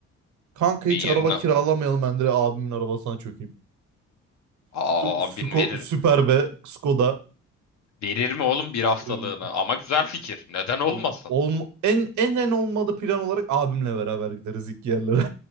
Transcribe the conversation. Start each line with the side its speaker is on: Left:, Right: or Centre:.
Right: Kanka hiç
Left: E, yeni.
Right: araba kiralamayalım ben direkt abimin arabasına çökeyim.
Left: Aa
Right: Sü- Sko-
Left: abin verir.
Right: Süper be Skoda.
Left: Verir mi oğlum bir haftalığını?
Right: Ee,
Left: Ama güzel fikir. Neden olmasın?
Right: e, Olm en en en olmadı plan olarak abimle beraber gideriz ilk yerlere.